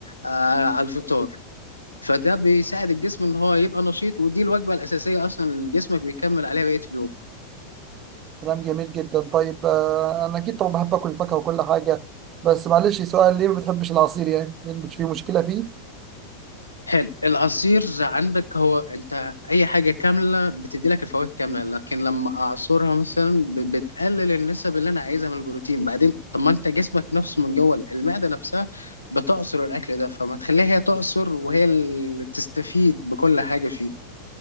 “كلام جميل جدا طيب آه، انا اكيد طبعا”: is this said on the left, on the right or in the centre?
Right